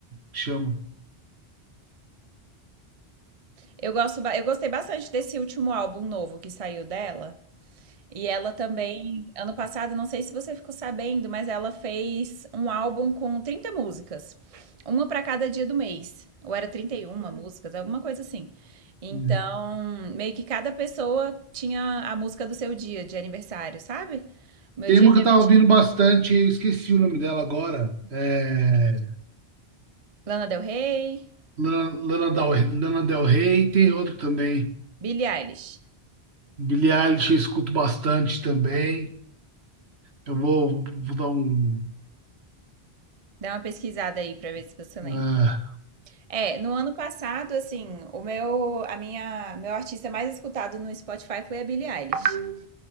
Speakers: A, on the right (about 80°); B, on the right (about 35°).
A: chama.
B: Eu gosto, ba- eu gostei bastante desse último álbum novo que saiu dela. E ela também, ano passado, não sei se você ficou sabendo, mas ela fez um álbum com 30 músicas, uma para cada dia do mês, ou era trinta e uma
A: É.
B: músicas, alguma coisa assim. Então,
A: Uhum.
B: meio que cada pessoa tinha a música do seu dia de aniversário, sabe? O meu
A: Tem
B: dia
A: uma
B: é dia
A: que eu tava
B: 20.
A: ouvindo bastante, eu esqueci o nome dela agora. É...
B: Lana Del Rey,
A: Lana, Lana Del, Lana Del Rey, tem outro também.
B: Billie Eilish.
A: Billie Eilish eu escuto bastante também. Eu vou, vou dar um.
B: Dá uma pesquisada aí pra ver se você lembra.
A: Ah,
B: É, no ano passado, assim, o meu, a minha, meu artista mais escutado no Spotify foi a Billie Eilish.